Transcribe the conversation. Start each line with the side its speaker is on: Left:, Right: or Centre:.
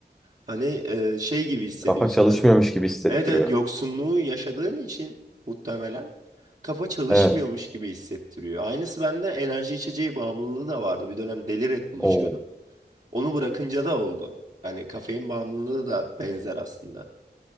Right: hani e, şey gibi hissediyorsun
Centre: Kafa çalışmıyormuş
Right: hani
Centre: gibi hissettiriyor.
Right: evet evet yoksunluğu yaşadığın için muhtemelen kafa çalışmıyormuş
Centre: Evet.
Right: gibi hissettiriyor aynısı bende enerji içeceği bağımlılığı da vardı bir dönem deli Red Bull
Centre: O
Right: içiyordum onu bırakınca da oldu. Yani kafein bağımlılığı da benzer aslında.